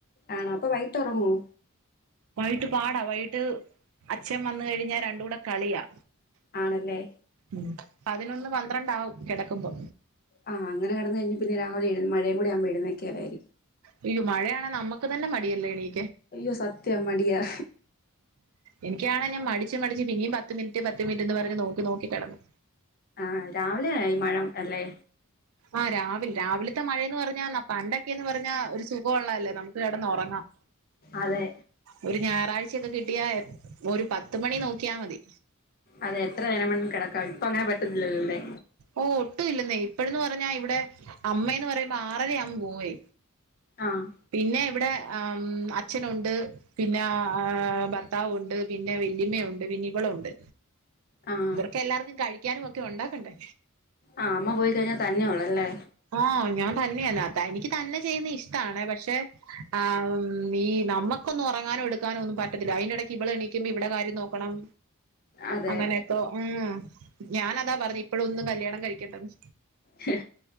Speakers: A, on the left; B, on the right.
A: ആണോ അപ്പൊ വൈട്ടൊറങ്ങോ
B: വൈകിട്ട് പാടാ വൈകിട്ട് അച്ഛൻ വന്ന് കഴിഞ്ഞാ രണ്ടൂടെ കളിയാ
A: ആണല്ലേ
B: ഉം പതിനൊന്ന് പന്ത്രണ്ടാവും കെടക്കുമ്പോ
A: ആ അങ്ങന കടന്ന് കഴിഞ്ഞ് പിന്നെ രാവിലെ എഴ് മഴെകൂടെ ആവുമ്പോൾ എഴുന്നേൽക്കല്ലായിരുക്കും
B: അയ്യോ മഴയാന്നെ നമ്മക്ക് തന്നെ മടിയല്ലേ എണീ
A: അയ്യോ സത്യം മടിയാ
B: എനിക്കാണെങ്കിൽ മടിച്ച് മടിച്ച് പിന്നീം പത്ത് മിനിറ്റ് പത്ത് മിനിറ്റ് ന്ന് പറഞ്ഞ് നോക്കി നോക്കി കെടന്ന്
A: ആഹ് രാവിലായി മഴം അല്ലേ
B: ആഹ് രാവിൽ രാവിലത്തെ മഴയന്ന് പറഞ്ഞാ പണ്ടൊക്കെ എന്ന് പറഞ്ഞാ ഒരു സുഖം ഉള്ളല്ലേ നമുക്ക് കെടന്ന് ഉറങ്ങാം.
A: അതെ
B: ഒരു ഞായറാഴ്ച ഒക്കെ കിട്ടിയാ ഒരു പത്ത് മണി നോക്കിയാ മതി
A: അതെ എത്ര നേരം വേണമെങ്കിലും കിടക്ക ഇപ്പ അങ്ങനെ പറ്റത്തില്ലല്ലോ
B: ഓ ഒട്ടും ഇല്ലെന്നേ ഇപ്പഴന്ന് പറഞ്ഞാ ഇവിടെ അമ്മേ ന്ന് പറയുമ്പോ ആറരയാവുമ്പോൾ പോവേ
A: ആഹ്
B: പിന്നെ ഇവിടെ ആം അച്ഛനുണ്ട് പിന്നെ ആ ഭർത്താവുണ്ട് പിന്നെ വെല്ലിമ്മയുണ്ട് പിന്നെ ഇവളുണ്ട്.
A: ആഹ്
B: ക്കേ എല്ലാർക്കും കഴിക്കാനും ഒക്കെ ഉണ്ടാക്കണ്ടേ
A: ആ അമ്മ പോയി കഴിഞ്ഞാ തന്നെ ഒള്ള ല്ലേ
B: ആഹ് ഞാൻ തന്നെയാണ് തനിക്ക് തന്നെ ചെയ്യുന്ന ഇഷ്ടാണ് പക്ഷേ ആഹ് ഈ നമ്മക്കൊന്നും ഉറങ്ങാനോ എടുക്കാനോ ഒന്നും പറ്റത്തില്ല അയിന്റെ ഇടയ്ക്ക് ഇവള് എണീക്കുമ്പോ ഇവള് കാര്യം നോക്കണം
A: അതെ
B: അങ്ങനെക്കേ ഉം ഞാനതാ പറഞ്ഞെ ഇപ്പയൊന്നും കല്യാണം കഴിക്കണ്ടന്ന്
A: ഹ്